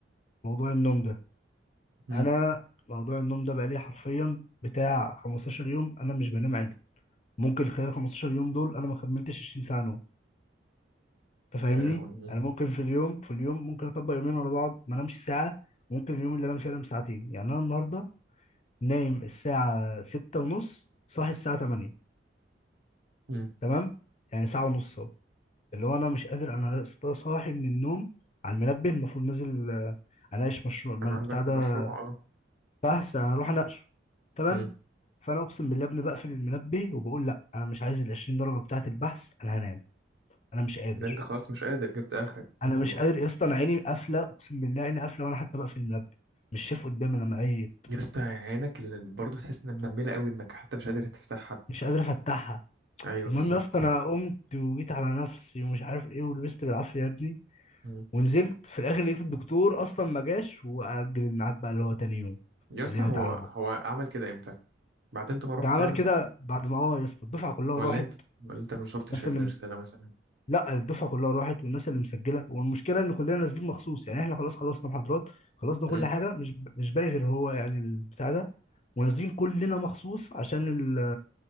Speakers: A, on the left; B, on the right.
A: موضوع النوم ده
B: مم.
A: انا موضوع النوم ده بقى لي حرفيا بتاع 15 يوم انا مش بنام عادي ممكن خلال 15 يوم دول انا ما كملتش 20 ساعه نوم تفهمني
B: لا لهوي مم.
A: انا ممكن في اليوم في اليوم ممكن اطبق يومين ورا بعض ما انامش ساعه ممكن اليوم اللي انام فيه انام ساعتين يعني انا النهارده نايم الساعه ستة ونص صاحي الساعه 8
B: مم.
A: تمام يعني ساعه ونص اهو اللي هو انا مش قادر انا لسه صاحي من النوم على المنبه المفروض نازل آه، اناقش مشروع ما
B: كان عندك
A: بتاع ده
B: مشروع اه
A: بحث هروح اناقشه تمام
B: مم.
A: فانا اقسم بالله يا ابني بقفل المنبه وبقول لا انا مش عايز ال 20 درجه بتاعه البحث انا هنام انا مش قادر
B: ده انت خلاص مش قادر جبت اخرك في
A: انا
B: الموضوع
A: مش قادر يا اسطى انا عيني قافله اقسم بالله عيني قافله وانا حتى بقفل المنبه مش شايف قدامي لما عيت
B: يا اسطى عينك اللي برضه تحس انها منمله قوي انك حتى مش قادر تفتحها
A: مش قادر افتحها
B: ايوه
A: المهم
B: بالظبط
A: يا اسطى انا قمت وجيت على نفسي ومش عارف ايه ولبست بالعافيه يا ابني
B: مم.
A: ونزلت في الاخر لقيت الدكتور اصلا ما جاش واجل الميعاد بقى اللي هو تاني يوم
B: يا اسطى
A: اللي
B: هو
A: هي تعالوا بكره
B: هو عمل كده امتى بعد انت ما
A: ده
B: رحت
A: عمل
B: يعني
A: كده بعد ما اه يا اسطى الدفعه كلها
B: ولا
A: راحت
B: انت ولا انت ما شفتش
A: انا سلمت
B: الرسالة مثلا
A: لا الدفعه كلها راحت والناس اللي مسجله والمشكله ان كلنا نازلين مخصوص يعني احنا خلاص خلصنا محاضرات خلصنا
B: مم.
A: كل حاجه مش مش باقي غير هو يعني البتاع ده ونازلين كلنا مخصوص عشان ال...